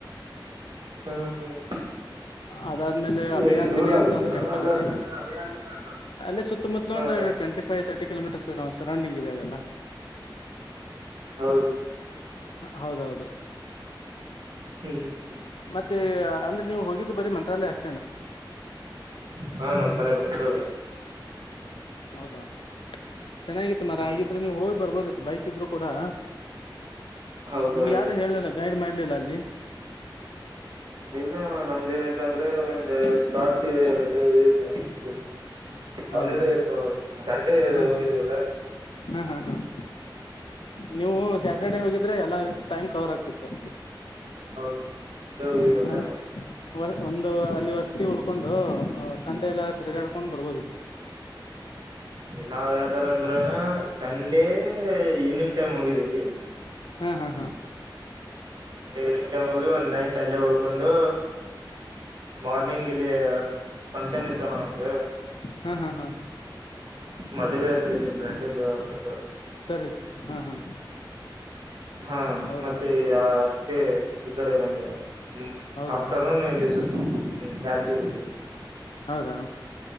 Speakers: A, on the right (about 65°); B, on the left (about 80°).
A: ಹ್ಮ್ ಹ ಹ್ಮ್.
B: ಅದಾದ್ಮೇಲೆ ಅಭಯಾಂಜನ
A: ಏನ್ ದೂರ ಆಗುತ್ತೆ
B: ಅಂತ ಒಂದು ಟೆಂಪಲ್
A: ಇಲ್ಲ
B: ಇದೆ.
A: ಅಭಯಾಂಜನಿ ಅಂತ
B: ಅಲ್ಲಿ ಸುತ್ತಮುತ್ತಲ
A: ಹಾ
B: ಒಂದು
A: ಹಾ
B: ಟ್ವೆಂಟಿ ವ್ ತರ್ಟಿ ಕಿಲೋಮೀಟರ್ಸ್ ಇರ ಅರೌಂಡಿಂಗ್ ಇದ್ದಾವ ಎಲ್ಲ.
A: ಹೌದು.
B: ಹೌದೌದು
A: ಹ್ಮ್ ಹ್ಮ್
B: ಮತ್ತೆ. ಅಂದ್ರೆ ನೀವು ಹೋಗಿದ್ದು ಬರೀ ಮಂತ್ರಾಲಯ ಅಷ್ಟೇ.
A: ಹಾ ನಮ್ಮ್ ಬರ ಮಂತ.
B: ಹೌದಾ. ಚೆನ್ನಾಗಿತ್ತು ಮರ
A: ಹ್ಮ್
B: ಹಾಗಿದ್ರೆ ನೀವು ಹೋಗಿ ಬರ್ಬೋದಿತ್ತು ಬೈಕ್ ಇದ್ರು ಕೂಡಾ.
A: ಹೌದೌದು
B: ನಿಮ್ಗೆ ಯಾರು ಹೇಳಲಿಲ್ಲ ಗೈಡ್ ಮಾಡ್ಲಿಲ್ಲ ಅಲ್ಲಿ.
A: ಇಲ್ಲ ನಮ್ದ ನಐತ ಅಂದ್ರೆ ಒಂದ ಶಾರ್ಟ್ ಡೇ ಇದತ ಸುಮನೆ. ಹಾಲಿಡೇ
B: ಹೌದಾ
A: ಇತವ ಸಂಡೇ
B: ಹಾಂ
A: ಹೋಗಿದವಲ್ಲ.
B: ಹಾಂ ಹಾಂ ಹಾಂ ನೀವು ಸ್ಯಾಟರ್ಡೆೇ ಹೋಗಿದ್ರೆ ಎಲ್ಲ ಟೈಮ್ ಕವರ್ ಆಗ್ತಿತ್ತು.
A: ಹೌದು ಸಂಡೆ ಹೋಗಿದವಲ್ಲ.
B: ಹ್ಮ್ ಸಣ್ಣ ಒಂದು ಅಲ್ಲಿ ವಸತಿ ಉಡ್ಕೊಂಡು ಸಂಡೆ ಎಲ್ಲಾ ತಿರ್ಗಾಡ್ಕೊಂಡ್ ಬರ್ಬೋದಿ.
A: ನಾವ್ ಯಾವತರ ಅಂದ್ರನ ಸಂಡೇ ಈವ್ನಿಂಗ್ ಟೈಮ್ ಹೋಗಿದ್ದೀವಿ.
B: ಹ್ಮ ಹಾ ಹಾ.
A: ಒಂದು್ ಈವ್ನಿಂಗ್ ಟೈಮ್ ಹೋಗಿ ಒಂದ್
B: ಹೌದಾ
A: ನೈಟ್ ಅಲ್ಲೇ ಉಳ್ಕೊಂಡು. ಮಾರ್ನಿಂಗ್ ಇಲ್ಲಿ ಫಂಕ್ಷನ್ ಇತ್ತವಣ ಒಂದು.
B: ಹಾ ಹಾ ಹಾ.
A: ಮದ್ೆ ಅಲ್ಲಿ ಫ್ರೆಂಡಂದ ಹಾಕ.
B: ಸರಿ ಹಾ ಹಾ.
A: ಹಾ
B: ಹೌದಾ
A: ಮತ್ತೆ ಆ ಈ ಕಡೆ ಬಂದೇವ. ಹ್ಮ್
B: ಹೌದಾ
A: ಆಫ್ಟರ್ನೂನ್ ಎಲ್ಲಿ ಸುತ್ತ್ಮ ಯಾದಗಿರಿ ಇಲ್ಲಿ.
B: ಹೌದಾ.